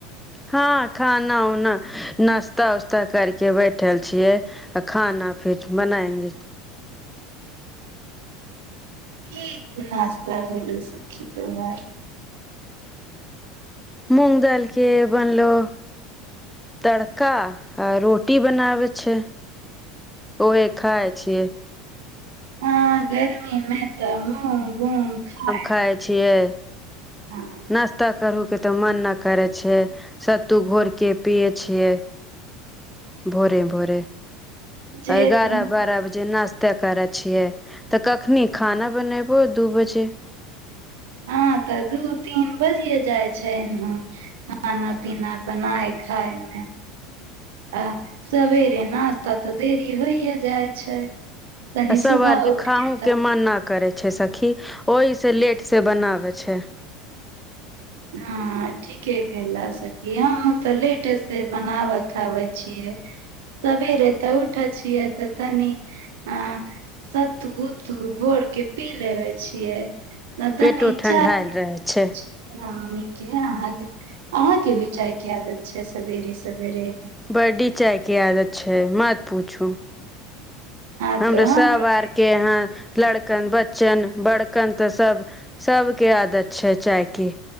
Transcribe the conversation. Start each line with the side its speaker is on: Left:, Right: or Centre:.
Centre: हं खाना उना नाास्ता उस्ता कर के बैठल छियै आ खाना फेर बनाएंगे
Right: की -की नास्ता भेलौ सखी तोरा
Centre: मूंग दैल के बनलो तड़का आ रोटी बनावे छिय ओहे खााय छियै
Right: ह गर्मी में तऽ मूँह घू खााय
Centre: खाय छियै
Right: ह <unintelligible>
Centre: नाास्ता करू के तऽ मन नैय करै छै सत्तू घोर के पिये छियै भोरे -भोरे
Right: जे
Centre: एगारह
Right: तऽ
Centre: बारह बजे नस्त ते करै छियै तऽ कखनी खाना बनेबो दू बजे
Right: ह तऽ दू तीन बजिये जाय छै इनह खाना पीना बनाय खाायमे आ सबेरे नास्ता तऽ देरी होइये जाय छै तनी
Centre: आ
Right: सुबह
Centre: सबरेके
Right: उठ
Centre: खाहु
Right: तऽ
Centre: के मन नै करेै छै सखी ओहि से लेट से बनाबे छिय
Right: नैय ठी की के कला सखी हं तऽ लेट से बनाबे खाबे छियै सवेरे तऽ उठै छियै तऽ तनी आ सत्तू -उत्तू भोर के पी लेबे छियै ने तनी
Centre: पेटो ठण्ढायल
Right: चाय
Centre: रहै छै
Right: नानी के आहाँ के -आहाँ के भी चाय के आदत छै सवेरे- सवेरे
Centre: बडी चाय के आदत छै मत पूछू
Right: हँ
Centre: हमरा
Right: तऽ
Centre: सब
Right: हमरो
Centre: आरके हं लड़कन बच्चन बड़कन तऽ सब सबके आदत छैय चाय के